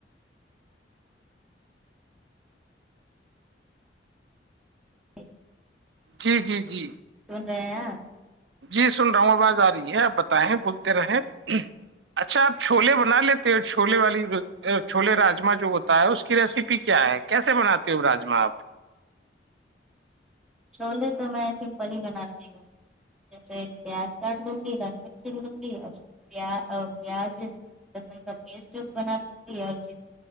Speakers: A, in the centre; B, on the right.
A: نہیں
B: جی جی جی
A: سن رہے ہیں اپ
B: جی سن رہا ہوں آواز آ رہی ہے آپ بتائیں بولتے رہیں اچھا آپ چھولے بنا لیتے ہو چھولے والی چھولے راجما جو ہوتا ہے اس کی ریسیپی کیا ہے کیسے بناتے ہو راجما آپ
A: چھولے تو میں ایسے سمپل ہی بناتی ہوں جیسے پیاز کاٹ لوں گی لہسن سل لوں گی پ پیاز س کا پیسٹ بھی بناتی اور ج